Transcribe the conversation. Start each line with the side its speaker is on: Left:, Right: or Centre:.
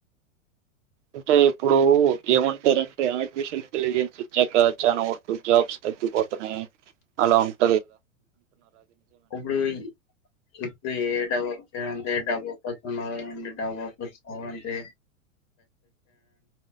Right: అంటే ఇప్పుడు ఏమంటారు అంటే ఆర్టిఫిషియల్ ఇంటెలిజెన్స్ ఇచ్చాక చాలనా వటు జాబ్స్ తగ్గిపోతున్నాయి అలా ఉ
Left: ఇప్పుడు ఇప్పుడు ఏట వచ్చ డబ్బ ఒక్కన్నండి డబ్బ ఒ అండి